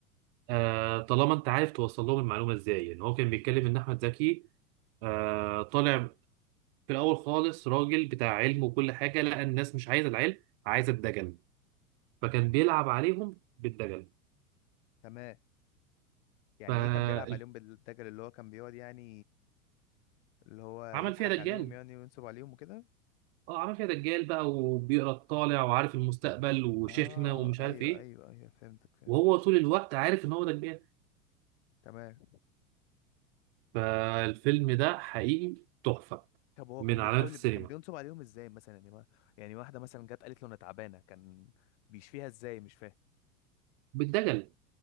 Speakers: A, on the right; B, on the left.
A: آه طالما انت عارف توصل لهم المعلومه ازاي ان هو كان بيتكلم ان احمد زكي آه طالع في الاول خالص راجل بتاع علم وكل حاجه لقى الناس مش عايزه العلم عايزه الدجل فكان بيلعب عليهم بالدجل
B: تمام يعني
A: فعمل
B: ايه كان بيلعب عليهم بالدجل اللي هو كان بيقعد يعني اللي هو يضحك
A: فيها دجال
B: عليهم يعني وينصب عليهم وكده
A: اه عمل فيها دجال بقى وبيقرا الطالع وعارف المستقبل وشيخنا
B: اه
A: ومش
B: ايوه
A: عارف ايه
B: ايوه ايوه فهمتك فهمتك
A: وهو طول الوقت عارف ان هو دجال
B: تمام
A: فالفيلم ده حقيقي تحفة
B: طب هو
A: من
B: كان بيحاول
A: علامات السينما
B: كان بينصب عليهم ازاي مثلا يعني ما يعني واحده مثلا جت قالت له انا تعبانه كان بيشفيها ازاي مش فاهم
A: بالدجل